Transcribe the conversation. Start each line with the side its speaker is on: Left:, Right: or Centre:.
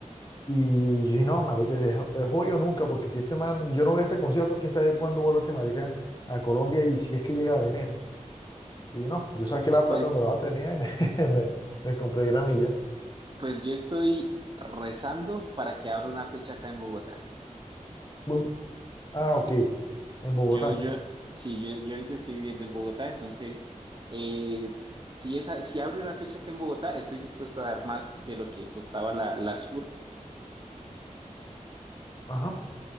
Left: Y yo dije, no, marica, es, es hoy o nunca, porque si este man, yo no voy a este concierto, quién sabe cuándo vuelve este marica a Colombia y si es que llega a venir. Y dije, no, yo saqué la plata
Right: pues...
Left: donde la tenía y me, <laughs> me, me compré gramilla.
Right: Pues yo estoy rezando para que abra una fecha acá en Bogotá.
Left: Bus- ah, ok, en Bogotá.
Right: Yo, yo, sí, yo, yo ahorita estoy viviendo en Bogotá, entonces, eh, si esa, si abre una fecha acá en Bogotá, estoy dispuesto a dar más de lo que costaba la, la Sur.
Left: Ajá.